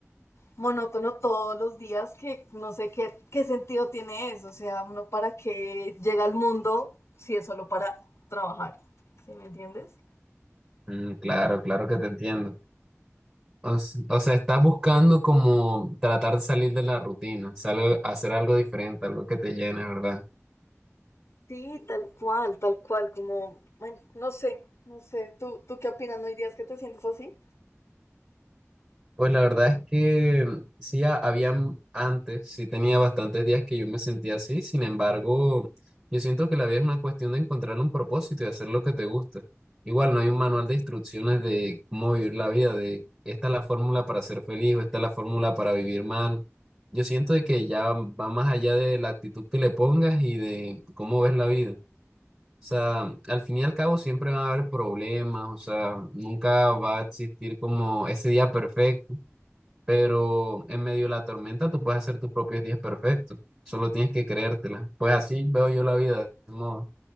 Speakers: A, on the left (about 65°); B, on the right (about 25°).
A: monótono todos los días que no sé qué, qué sentido tiene eso. O sea, uno para qué llega al mundo si es solo para trabajar. ¿Sí me entiendes?
B: Mm, claro, claro que te entiendo. O, s- o sea, estás buscando como tratar de salir de la rutina, o sea, algo- hacer algo diferente, algo que te llene, ¿verdad?
A: Sí, tal cual, tal cual, como, bueno, no sé, no sé. ¿Tú, tú qué opinas? ¿No hay días que te sientes así?
B: Pues la verdad es que mm, sí, ha- habían antes, sí tenía bastantes días que yo me sentía así, sin embargo, yo siento que la vida es una cuestión de encontrar un propósito y hacer lo que te gusta. Igual no hay un manual de instrucciones de cómo vivir la vida, de esta es la fórmula para ser feliz o esta es la fórmula para vivir mal. Yo siento de que ya va más allá de la actitud que le pongas y de cómo ves la vida. O sea, al fin y al cabo siempre van a haber problemas, o sea, nunca va a existir como ese día perfecto pero en medio de la tormenta tú puedes hacer tus propios días perfectos, solo tienes que creértela. Pues así veo yo la vida, de modo,